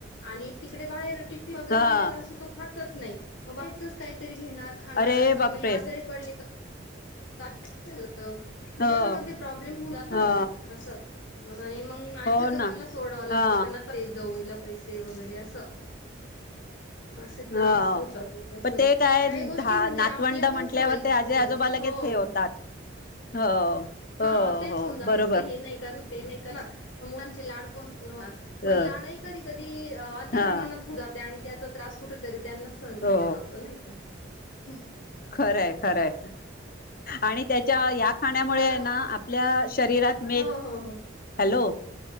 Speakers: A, on the left (about 75°); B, on the left (about 45°).
A: आणि तिकडे बाहेर टिफी वगैरे
B: हा
A: दिलेला असतो तच नाही म बाहेरचचं काहीतरी घेणार खाणार
B: अरे
A: असा
B: बापरे
A: म आजारी पडले का का झा म्हणजे
B: ह
A: याला मध्ये प्रॉब्लेम हो जातात
B: हा
A: ना असं आणि मग माझ्या
B: हो
A: जबनला
B: ना
A: सोडावं लागतं
B: हा
A: का न का जाऊ ल पैसे वगैरे असं असे त्रास
B: हा
A: होतात म्हण असं
B: पण ते काय
A: काही गोष्टी
B: धा
A: म्हणजे
B: नातवंड
A: आपल्या पण
B: म्हटल्यावर
A: सवयी
B: ते
A: चुकतात
B: आजी आजोबा लगेच
A: हो
B: हे होतात हो
A: हा
B: हो
A: तेच
B: हो
A: होऊन जात
B: बरोबर
A: हे नाही करणार ते नाही कर मुलांचे लाडकोण पण
B: अ
A: लाडाई कधी कधी अतिप्रमाणात
B: हा
A: होत जाते आणि त्या त्रास कुठ तरी त्यांना सहन करावा
B: हो
A: लागतो नाही का ह
B: खरंय खरंय आणि त्याच्या या खाण्यामुळे
A: चला
B: आहे ना आपल्या शरीरात मेद
A: हो हो हो ह
B: हॅलो